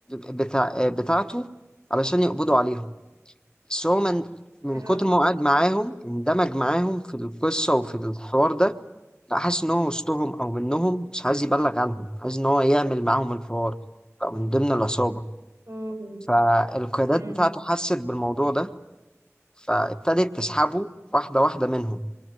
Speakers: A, on the left; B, on the right.
A: بتاع آه بتاعته علشان يقبضوا عليهم بس هو من من
B: اه
A: كتر ما هو قاعد معاهم اندمج معاهم في القصة وفي الحوار ده بقى حاسس إن هو وسطهم أو منهم مش عايز يبلغ عنهم عايز إن هو يعمل معاهم الحوار بقى من ضمن العصابة
B: اوه
A: فالقيادات
B: امم
A: بتاعته حست بالموضوع ده فابتدت تسحبه واحدة واحدة منهم